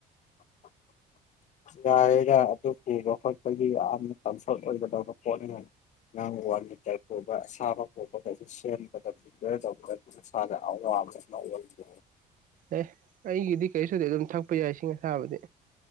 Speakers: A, on the left; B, on the right.
A: <inaudible> ꯌꯥꯏꯗ ꯑꯗꯨ ꯄꯨꯕ ꯈꯣꯠꯄꯒꯤ ꯌꯥꯝꯅ ꯀꯟꯐꯔꯠ ꯑꯣꯏꯒꯗꯧꯕ ꯄꯣꯠꯅꯤ ꯅꯪ ꯋꯥꯟ ꯂꯤꯇꯔ ꯄꯨꯕ ꯑꯁꯥꯕ ꯈꯣꯠꯄ ꯀꯩꯁꯨ ꯁꯦꯝꯕꯗ ꯄ꯭ꯔꯤꯄꯦꯌꯔ ꯇꯧꯕꯗ ꯅꯁꯥꯗ ꯑꯋꯥꯕ ꯑꯃ ꯑꯣꯏꯕ
B: ꯑꯦ ꯑꯩꯒꯤꯗꯤ ꯀꯔꯤꯁꯨ ꯇꯧꯗꯤ ꯑꯗꯨꯝ ꯊꯛꯄ ꯌꯥꯏ ꯏꯁꯤꯡ ꯑꯁꯥꯕꯗꯤ